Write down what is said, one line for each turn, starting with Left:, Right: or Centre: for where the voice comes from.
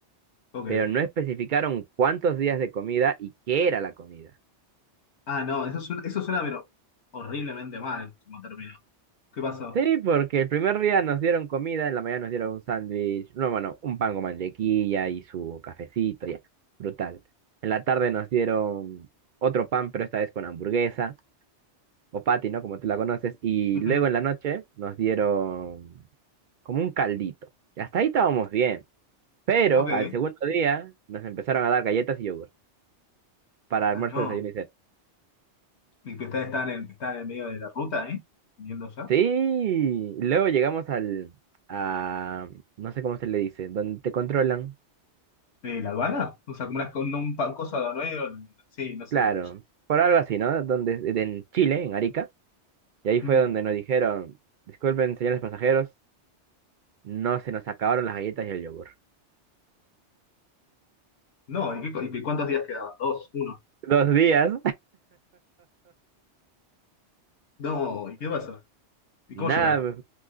Left: Ok.
Right: pero no especificaron cuántos días de comida y qué era la comida.
Left: Ah, no, eso suena, eso suena, pero horriblemente mal como terminó. ¿Qué pasó?
Right: Sí, porque el primer día nos dieron comida, en la mañana nos dieron un sándwich, no, bueno, un pan con mantequilla y su cafecito, ya, brutal. En la tarde nos dieron otro pan, pero esta vez con hamburguesa, o patty, ¿no? Como tú la conoces, y
Left: Ujú.
Right: luego en la noche nos dieron como un caldito. Y hasta ahí estábamos bien. Pero
Left: Ok.
Right: al segundo día nos empezaron a dar galletas y yogur para
Left: Ah,
Right: almuerzo,
Left: no.
Right: desayuno y cena.
Left: ¿Y que ustedes están en el, está en el medio de la ruta, eh? Viniendo ya.
Right: Sí, luego llegamos al, a, no sé cómo se le dice, donde te controlan,
Left: ¿De la aduana? O sea, como una, con un pa- cosa aduanero. Sí, no sé
Right: claro,
Left: cómo se llama.
Right: por algo así, ¿no? Donde, en Chile, en Arica, y ahí fue
Left: Mm.
Right: donde nos dijeron, disculpen, señores pasajeros, no se nos acabaron las galletas y el yogur.
Left: No, ¿y, qué co- y cuántos días quedaban? ¿Dos? ¿Uno?
Right: Dos días,
Left: No, ¿y qué pasó?
Right: <laughs>
Left: ¿Y
Right: nada,
Left: cómo llegaron?